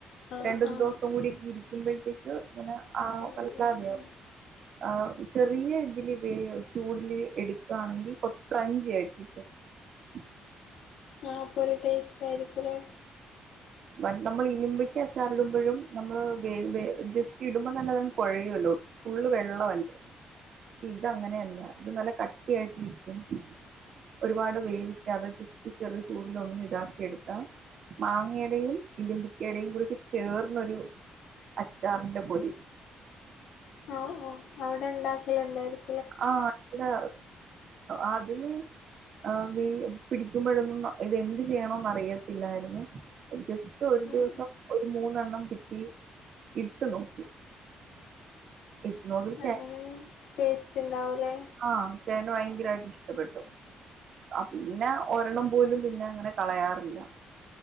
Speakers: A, on the left (about 85°); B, on the right (about 60°).
A: ആഹ്
B: രണ്ട
A: ആഹ്
B: ദിവസം കൂടിക്കെ ഇരിക്കുമ്പോഴത്തേക്ക് ഇങ്ങനെ ആ
A: ഉം
B: വല്ലാതെയോ
A: ഉം ഉം
B: ആ ചെറിയ ഇതില് വേ ചൂടില് എടുക്കയാണെങ്കിൽ കൊറച്ച് ക്രഞ്ചി ആയിട്ടിരിക്കും ഉം
A: ആ അപ്പൊ ഒരു ടേസ്റ്റ് ആയിരിക്കുംല്ലേ
B: മ നമ്മൾ ഇലിമ്പക്ക് അച്ചാറി ഇടുമ്പോഴും നമ്മള് വെ വെ ജസ്റ്റ് ഇടുമ്പോ തന്നെ അതങ് കുഴയുമല്ലോ ഫുള്ള് വെള്ളമല്ലേ ശീതങ്ങനെയല്ല ഇത് നല്ല കട്ടിയായിട്ടിരിക്കും ഒരുപാട് വേവിക്കാതെ ജസ്റ്റ് ചെറു ചൂടൽൊന്നുഇതാക്കി എടുത്ത് മാങ്ങയുടെയും ഇല്ലമ്പിക്കയുടെയും കൂടി ചേർന്നൊരു അച്ചാറിന്റെ പൊല
A: ആഹ് ആഹ് അവിടെ ഇണ്ടാക്കലുണ്ടായിരിക്കും
B: ആ ഇടെ ആദ്യമി ആ പിടിക്കുമ്പോഴന്നും ഇതെന്ത് ചെയ്യണോന്ന് അറിയത്തില്ലായിരുന്നു ജസ്റ്റ് ഒരു
A: ഉം
B: ദിവസം
A: ഉം
B: ഒരു മൂന്നെണ്ണം പിച്ച് ഇട്ട് നോക്കി ഇട്ട് നോക്കി ച
A: അങ്ങനെ ടേസ്റ്റ് ഇണ്ടാവൂലേ
B: ആ ചേന് ഭയങ്കരമായിട്ട് ഇഷ്ടപ്പെട്ടു ആ പിന്നെ ഒരെണം പോലും പിന്നെ അങ്ങനെ കളയാറില്ല